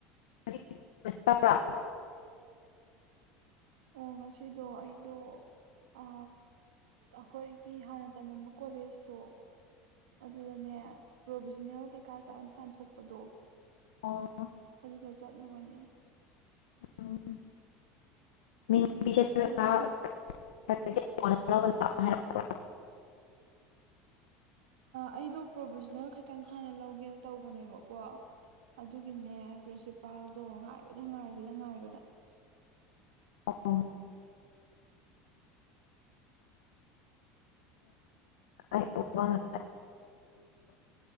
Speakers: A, on the left (about 80°); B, on the right (about 85°).
A: <unintelligible>
B: ꯑꯣ ꯉꯁꯤꯗꯣ ꯑꯩꯗꯣ ꯑ ꯑꯩꯈꯣꯏꯒꯤ ꯍꯥꯟꯅ ꯇꯝꯃꯝꯕ ꯀꯣꯂꯦꯖꯇꯣ ꯑꯗꯨꯗꯅꯦ ꯄ꯭ꯔꯣꯕꯤꯖꯅꯦꯜ ꯀꯩꯀꯥ ꯇꯥꯟꯊꯣꯛꯄꯗꯣ
A: ꯑꯣ
B: ꯑꯗꯨꯗꯣ ꯆꯠꯂꯨꯕꯅꯦ
A: <unintelligible>
B: ꯑꯗꯨꯒꯤ
A: ꯍꯥꯏꯔꯛꯄ꯭ꯔꯥ
B: ꯑꯩꯗꯣ ꯄ꯭ꯔꯣꯚꯖꯅꯦꯜ ꯈꯇꯪ ꯍꯥꯟꯅ ꯂꯧꯒꯦꯅ ꯇꯧꯕꯅꯦꯕꯀꯣ ꯑꯗꯨꯒꯤꯅꯦ ꯄ꯭ꯔꯤꯟꯁꯤꯄꯥꯜꯗꯣ ꯉꯥꯏꯕꯗ ꯉꯥꯏꯕꯗ ꯉꯥꯏꯕꯗ
A: ꯑ ꯎ